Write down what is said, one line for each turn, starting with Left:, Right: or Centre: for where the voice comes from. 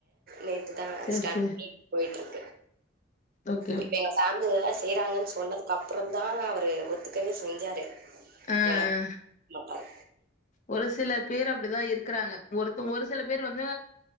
Right: நேத்துதா
Left: சேரி
Right: ஸ்டார்
Left: சேரி
Right: பண்ணி போயிட்டு
Left: ஓகே
Right: இப்ப
Left: ஓகே
Right: எங்க ஃபேமிலிலா செய்யறாங்கன் சொன்னதுக்கு அப் அப்புறந்தா அவர் ஒத்துக்கவே செஞ்சாரு
Left: ஆ
Right: நானா
Left: ஆ
Right: மக்கள்
Left: ஒரு சில பேர் அப்டிதா இருக் க்குறாங்க ஒருத்த ஒரு சில பேர் வந்து